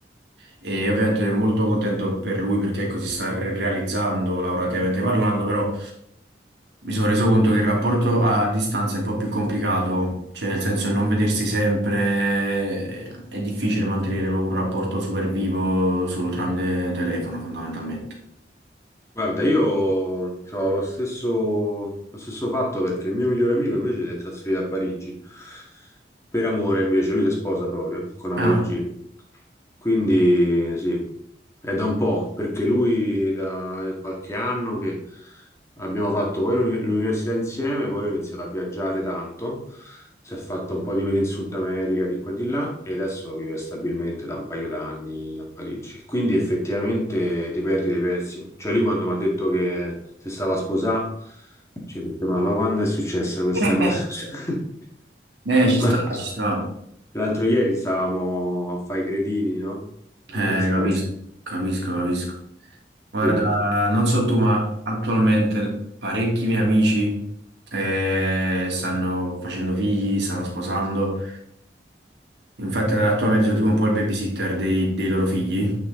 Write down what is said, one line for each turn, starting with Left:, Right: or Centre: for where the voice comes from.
Right: e ovviamente molto contento per lui perché ecco, si sta re- realizzando lavorativamente parlando, però mi sono reso conto che il rapporto a distanza è un po' più complicato, cioè nel senso il non vedersi sempre eh, è difficile mantenere proprio un rapporto super vivo solo tramite telefono fondamentalmente.
Left: Guarda, io ho lo stesso, lo stesso fatto perché il mio migliore amico invece si è trasferito a Parigi per amore, invece lui si sposa proprio con una
Right: Ah.
Left: parigina. Quindi sì, è da un po', perché lui da qualche anno che abbiamo fatto poi l'uni- l'università insieme, poi ho iniziato a viaggiare tanto, si è fatto un po' di mete in Sud America, di qua e di là, e adesso vive stabilmente da un paio d'anni a Parigi. Quindi effettivamente ti perdi dei pezzi. Cioè lui quando mi ha detto che si stava a sposare, ci ho detto, ma, ma quando è successa questa
Right: <laughs>
Left: cosa? <laughs>
Right: Eh, ci
Left: Ma
Right: sta, ci sta.
Left: L'altro ieri stavamo a fare i gredini, no?
Right: Eh,
Left: In motorsport.
Right: capisco, capisco, capisco. Guarda,
Left: Quindi,
Right: non so tu, ma attualmente parecchi miei amici eh, stanno facendo figli, stanno sposando. Infatti, attualmente sono tipo un po' il babysitter dei, dei loro figli.